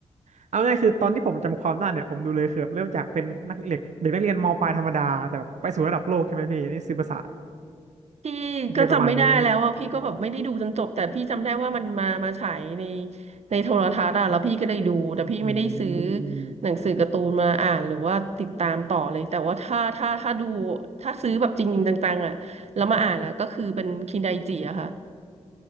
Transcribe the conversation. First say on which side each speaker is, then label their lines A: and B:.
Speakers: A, on the right; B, on the right.
A: เอาง่ายคือตอนที่ผมจำความได้เนี่ยผมดูเลยคือแบบเริ่มจากเป็นนักเด็กเด็กนักเรียนมปลายธรรมดาแต่ไปสู่ระดับโลกใช่ไหมพี่นี่ซื้อภาษา
B: พี่ก็จำไม่ได้แล้วว่าพี่ก็แบบไม่ได้ดูจนจบแต่พี่จำได้ว่ามันมามาฉายใน
A: เป็นประมาณนี้
B: ในโทรทัศน์อ่ะแล้วพี่ก็ได้ดูแต่พี่ไม่ได้ซื้อ
A: อืม
B: หนังสือการ์ตูนมาอ่านหรือว่าติดตามต่อเลยแต่ว่าถ้าถ้าถ้าดูถ้าซื้อแบบจริงๆจังๆอ่ะแล้วมาอ่านอะก็คือเป็นคินไดจิอะค่ะ